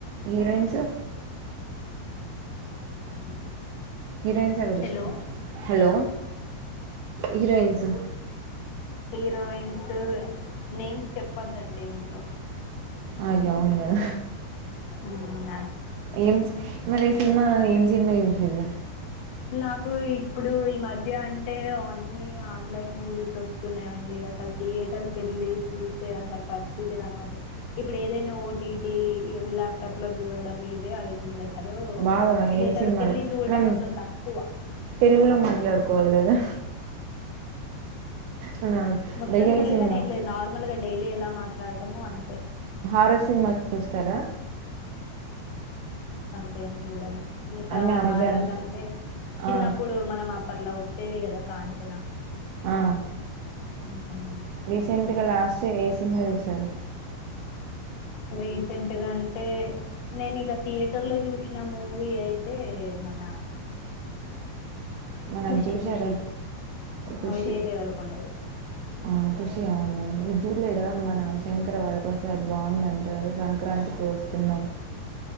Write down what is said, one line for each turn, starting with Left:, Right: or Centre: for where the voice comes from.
Right: హీరోయిన్స్
Left: <unintelligible>
Right: హీరోయిన్స్ ఎవరు
Left: హలో
Right: ఇష్టం, హలో హీరోయిన్స్,
Left: హీరోయిన్ స నేమ్స్ చేపోదు, అండి ఇందులో
Right: అయ్యో అవును కాదు
Left: ఉహు వాళ్లు
Right: ఏం మరి సినిమా ఏం సినిమా చూసిర్రు,
Left: నాకు ఇప్పుడు ఈ మధ్య అంటే అన్ని ఆన్లైన్ మూవీస్ వస్తున్నాయండి, అసలు థియేటర్కి వెళ్ళి చూసే అసలు పరిస్థితి కనబడ, ఇప్పుడు ఏదైనా ఓటీటి ఇ లాప్టాప్ లో చూడడం ఇవి ఇగా అయితుంది అసలు
Right: బాగా
Left: థియేటర్
Right: ఏం సినిమాలు
Left: కెళ్ళి చూడం
Right: మనం
Left: అసలు తక్,
Right: తెలుగులో మాట్లాడుకోవాలి కదా. మన
Left: మొత్తం
Right: దయ్యాల
Left: తెలుగనే
Right: సినిమా
Left: ఏం లేదు, నార్మల్ గా డైలీ ఎలా మాట్లాడుతున్నము, అంతే
Right: హర్రర్ సినిమా చూస్తారా.
Left: నేను జూడను. ఇంకా
Right: అన్నీ అమెజాన్
Left: హారర్స్ అంటే చిన్నప్పుడు
Right: ఆ
Left: మనం అప్పట్లో, వచ్చేవి కదా కాంచనా,
Right: ఆ
Left: ఉ
Right: రీసెంట్ గా లాస్ట్ లో ఏ సినిమా చూసారు.
Left: రీసెంట్గా అంటే నేను ఇంకా థియేటర్ లో చూసిన మూవీ అయితే, మన
Right: మనది
Left: ఖుషి
Right: చూసారా
Left: ఖుషి
Right: ఖుషి
Left: విజయదేవరకొండది.
Right: ఆ ఖుషి అవును ఈ చూలేదా మన శంకర వరప్రసాద్ బాగుందంట కదా సంక్రాంతికి వస్తున్నాం